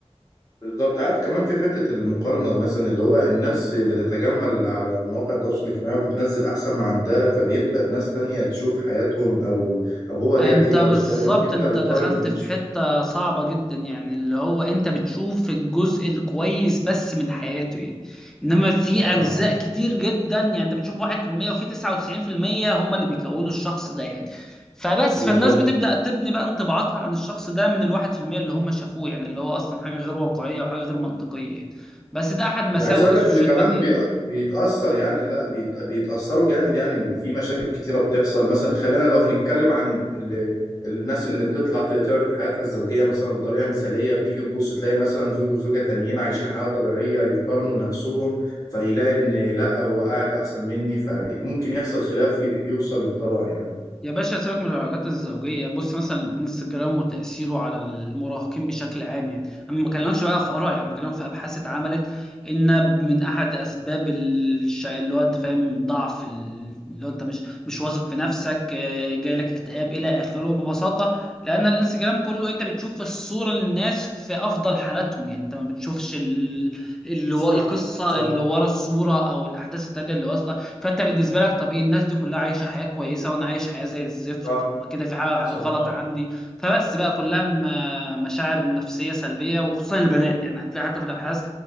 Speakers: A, on the left; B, in the centre.
A: بالظبط عارف كمان في حتة المقارنة مثلا اللي هو الناس بتتجمل على مواقع التواصل الاجتماعي وبتنزل أحسن ما عندها فبيبدأ ناس تانية تشوف حياتهم أو أو هو جاب
B: انت
A: إيه
B: بالظبط
A: أو اشترى إيه وبيبدأ
B: انت
A: يقارن
B: دخلت
A: بنفسه
B: في حتة صعبة جدا يعني اللي هو انت بتشوف الجزء الكويس بس من حياته يعني انما في
A: اه
B: اجزاء كتير جدا يعني انت بتشوف 1% وفي 99% هم اللي بيكونوا الشخص ده يعني فبس
A: بالظبط
B: فالناس بتبدأ تبني بقى انطباعاتها عن الشخص ده من الواحد في المية اللي هم شافوه يعني اللي هو اصلا حاجة غير واقعية وحاجة غير منطقية يعني بس ده احد مساوئ
A: عايز اقول
B: السوشيال
A: لك ان كمان
B: ميديا
A: بي-
B: يعني.
A: بيتاثر يعني لا بيت- بيتاثروا جامد يعني وفي مشاكل كتيره بتحصل مثلا خلينا لو هنتكلم عن ال... الناس اللي بتطلع ت- تعرض حياتها الزوجيه مثلا بطريقه مثاليه بتيجي تبص تلاقي مثلا زوج وزوجه تانيين عايشين حياه طبيعيه يقارنوا نفسهم فيلاقي ان لا هو قاعد احسن مني فممكن يحصل خلاف ي- يوصل للطلاق يعني
B: يا باشا سيبك من العلاقات الزوجية بص مثلا انستجرام وتأثيره على المراهقين بشكل عام يعني انا ما بكلمكش بقى في آراء يعني بكلمك في أبحاث اتعملت ان من احد اسباب الشيء اللي هو انت فاهم ضعف ال- اللي هو انت مش مش واثق في نفسك آه، جاي لك اكتئاب الى اخره ببساطة لان الانستجرام كله انت بتشوف الصورة للناس في افضل حالاتهم يعني انت ما بتشوفش ال- اللي هو
A: صح
B: القصة
A: صح
B: اللي ورا الصورة او الاحداث التانية اللي واصلة فانت بالنسبه لك طب ايه الناس دي كلها عايشه حياه كويسه وانا عايش حياه زي الزفت
A: صح
B: طب ما كده في حاجه
A: صح
B: غلط
A: صح
B: عندي فبس بقى كلها م- مشاعر نفسيه سلبيه وخصوصا البنات يعني هتلاقي حتى في الابحاث